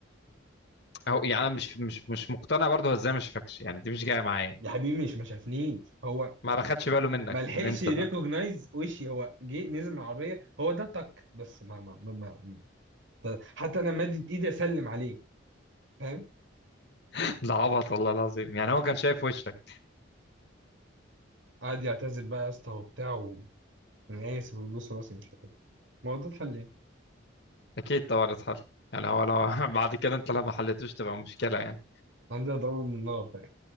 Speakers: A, on the left; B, on the right.
A: اهو يعني انا مش مش مش مقتنع برضه هو ازاي ما شافكش يعني دي مش جايه معايا
B: يا حبيبي مش ما شافنيش هو
A: ما باخدش باله منك
B: ما لحقش
A: ان انت
B: يريكوجنايز
A: ده
B: وشي هو جه نزل من العربيه هو ده تك بس ما ما ما, ف- حتى انا مادد ايدي اسلم عليه فاهم
A: <laughs> ده عبط والله العظيم يعني هو كان شايف وشك
B: قعد يعتذر بقى يا اسطى وبتاع وانا اسف ويبوس راسي مش عارف إيه. ما هو ده اتحل ليه
A: اكيد طبعا اتحل يعني هو لو <laughs> بعد كده انت لو ما حلتوش تبقى مشكله يعني
B: عندي اضربه من النار فاهم